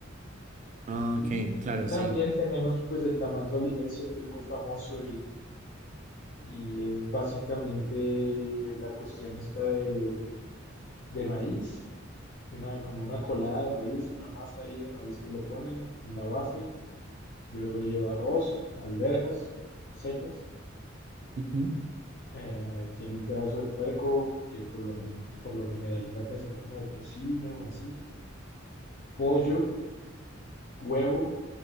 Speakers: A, on the right; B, on the left.
A: Ah,
B: Y
A: Ok, claro,
B: también
A: sí.
B: tenemos pues el tamal tolimense que es muy famoso y y es básicamente la cuestión esta de, de maíz, una, como una colada de maíz, una masa ahí de maíz que le ponen en la base, luego lleva arroz, alberjas secas,
A: Ujú.
B: eh, tiene un pedazo de puerco que por lo, men- por lo general trata de ser como de tocino o así, pollo, huevo,